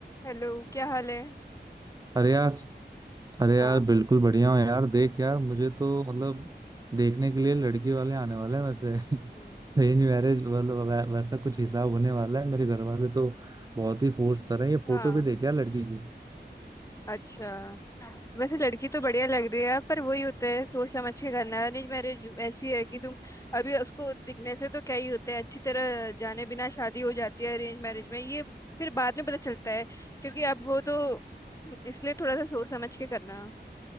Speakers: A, on the left; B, on the right.
A: Hello क्या हाल है
B: अरे यार अरे
A: हाँ
B: यार बिल्कुल बढ़िया हूँ यार देख यार मुझे तो मतलब देखने के लिए लड़की वाले आने वाले हैं वैसे <laughs>
A: हम्म।
B: अरेंज मैरिज मतलब वै- वैसा कुछ हिसाब होने वाला है मेरे घर वाले तो बहुत ही फोर्स कर रहे हैं ये फोटो
A: हाँ
B: भी देख यार लड़की की
A: अच्छा वैसे लड़की तो बढ़िया लग रही है पर वही होता है सोच समझ के करना है अरेंज मैरिज ऐसी है कि तुम अभी उसको दिखने से तो क्या ही होता है अच्छी तरह जाने बिना शादी हो जाती है अरेंज मैरिज में ये फिर बाद में पता चलता है क्योंकि अब वो तो इसलिए थोड़ा सा सोच समझ के करना